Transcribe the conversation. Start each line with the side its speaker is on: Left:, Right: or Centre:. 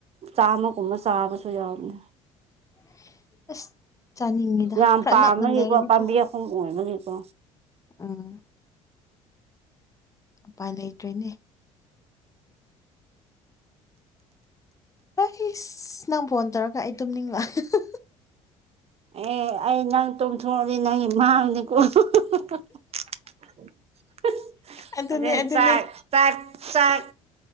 Right: ꯆꯥꯝꯃꯒꯨꯝꯕ ꯆꯥꯕꯁꯨ ꯌꯥꯎꯅꯤ꯫
Left: <unintelligible>
Right: ꯌꯥꯝ
Left: ꯈꯔ
Right: ꯄꯥꯝꯕꯒꯤꯀꯣ
Left: ꯅꯛꯅ ꯂꯩꯔꯗꯤꯀꯣ
Right: ꯄꯥꯝꯕꯤ ꯑꯍꯨꯝ ꯑꯣꯏꯕꯒꯤꯀꯣ꯫
Left: ꯎꯝ ꯎꯄꯥꯏ ꯂꯩꯇ꯭ꯔꯣꯏꯅꯦ꯫ ꯍꯣꯏꯁ ꯅꯪ ꯐꯣꯟ ꯇꯧꯔꯒ ꯑꯩ ꯇꯨꯝꯅꯤꯡꯕ <unintelligible>
Right: ꯑꯦ ꯑꯩ ꯅꯪ ꯇꯣꯡꯝꯊꯣꯛꯑꯗꯤ ꯅꯪ ꯃꯥꯡꯅꯤꯀꯣ <unintelligible>
Left: ꯑꯗꯨꯅꯦ ꯑꯗꯨꯅꯦ
Right: <unintelligible> ꯆꯥꯛ ꯆꯥꯛ ꯆꯥꯛ